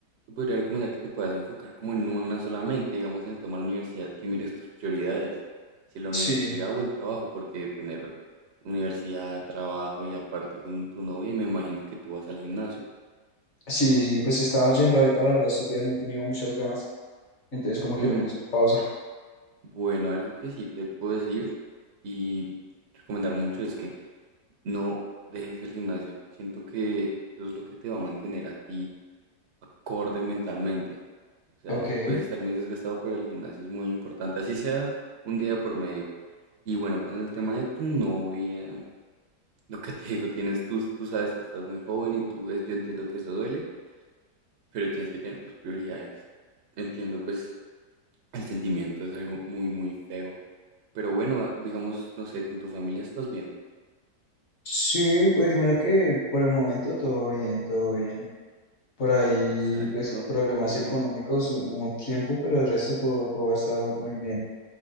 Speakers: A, on the right; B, on the left.
A: te podría recomendar que te puedas enfocar como en una solamente, digamos en el tema de la universidad, que mires tus prioridades, si la universidad
B: Sí,
A: o el trabajo, porque tener universidad, trabajo y aparte con tu novia, y me imagino que tú vas al gimnasio.
B: sí, sí, pues estaba yendo ahorita, la verdad, estos días no tenía muchas ganas, entonces como
A: Mm,
B: que lo puse en pausa.
A: bueno, algo que sí te puedo decir y recomendar mucho es que no dejes el gimnasio, siento que eso es lo que te va a mantener a ti acorde mentalmente. O sea,
B: Ok.
A: puedes estar muy desgastado, pero el gimnasio es muy importante, así sea un día por medio. Y bueno, con el tema de tu novia, lo que te digo, tienes tú, tú sabes que estás muy joven y tú ves, yo entiendo que eso duele, pero tienes que tener tus prioridades. Entiendo, pues, el sentimiento es algo muy, muy feo. Pero bueno, digamos, no sé, con tu familia estás bien.
B: Sí, pues mira que por el momento todo bien, todo bien. por ahí,
A: Exacto,
B: pues, problemas
A: bien.
B: económicos hu- hubo un tiempo, pero el resto todo, todo ha estado muy bien.